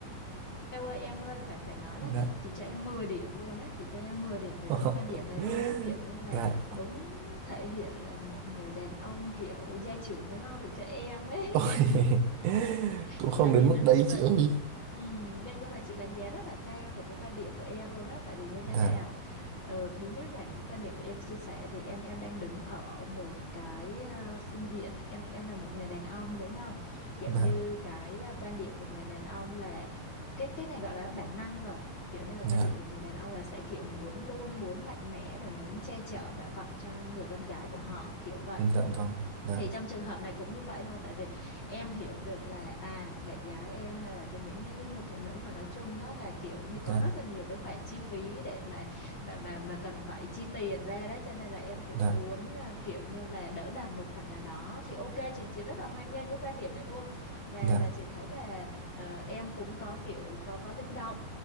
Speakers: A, on the left; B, on the right.
A: Em ơi em ơi phải phải nói
B: dạ
A: là chị cho em 10 điểm luôn á chị cho em 10 điểm về cái
B: <laughs>
A: quan điểm này luôn á kiểu như
B: Dạ.
A: là đúng thể hiện là một người đàn ông kiểu gia trưởng mới lo được cho em ấy
B: Ôi,
A: <laughs>
B: <laughs> cũng không
A: tại
B: đến
A: vì
B: mức
A: nó
B: đấy
A: thật sự
B: chị ơi
A: Ừ, nhưng nhưng mà chị đánh giá rất là cao về cái quan điểm của em luôn á tại vì như thế
B: dạ
A: nào ờ, thứ nhất là cái quan điểm của em chia sẻ thì em em đang đứng ở một cái à, phương diện em em là một người đàn ông đúng không kiểu
B: dạ
A: như cái à, quan điểm của người đàn ông là cái cái này gọi là bản năng rồi kiểu như là
B: dạ
A: quan điểm của người đàn ông là sẽ kiểu muốn luôn muốn mạnh mẽ rồi muốn che chở bảo bọc cho người con gái của họ kiểu vậy
B: dạ vâng dạ
A: thì trong trường hợp này cũng như vậy thôi tại vì em hiểu được là à bạn gái em hay là những cái cái người phụ nữ mà nói chung đó là kiểu như có
B: dạ
A: rất là nhiều cái khoản chi phí để mà mà mà mà cần phải chi tiền ra đó cho nên là em cũng
B: dạ
A: muốn à, kiểu như là đỡ đần một phần nào đó thì ok chị chị rất là hoan nghênh cái quan điểm này luôn và
B: dạ
A: và chị thấy là ờ, em cũng có kiểu có có linh động